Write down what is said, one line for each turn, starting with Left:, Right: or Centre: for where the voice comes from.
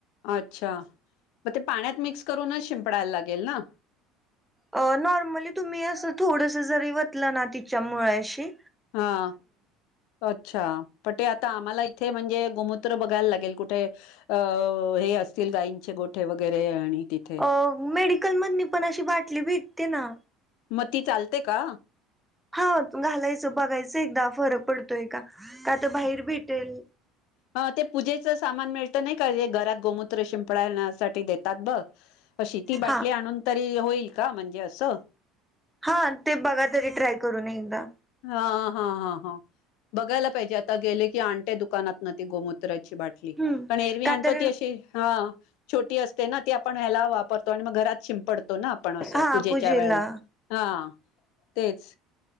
Left: अच्छा मग ते पाण्यात मिक्स करूनच शिंपडायला लागेल ना.
Centre: अ नॉर्मली तुम्ही असं थोडस जरी वतलं ना तिच्या मुळशी
Left: हा. अच्छा प ते आता आम्हाला इथे म्हणजे गोमूत्र बघायला लागेल कुठे? अ हे असतील गाईंचे गोठे वगैरे आणि तथ
Centre: अ मेडिकल मधनी पण अशी बाटली भेटते ना.
Left: मग ती चालते का?
Centre: हा घालायचं बघायचं एकदा फरक पडतोय का काता बाहेर भेटेल.
Left: ह ते पूजेचं सामान मिळतं नाही का घरात गोमूत्र शिंपडण्यासाठी देतात बघ. अशी ती बाटली
Centre: हा.
Left: आणून तरी होईल का म्हणजे असं.
Centre: हा ते बघा तरी ट्राय करून एकदा
Left: हा हा हा हा बघायला पाहिजे आता गेले की आणटे दुकानात नती गोमूत्राची बाट
Centre: हम्म
Left: ण एरवी
Centre: का
Left: आणो
Centre: तर
Left: ती अ ह छोटी असते ना आपण ह्याला वापरतो आणि मग घरात शिंपडतो ना आपण असं
Centre: हा
Left: पूजेच्या
Centre: पूजेला
Left: वेळेला हा तेच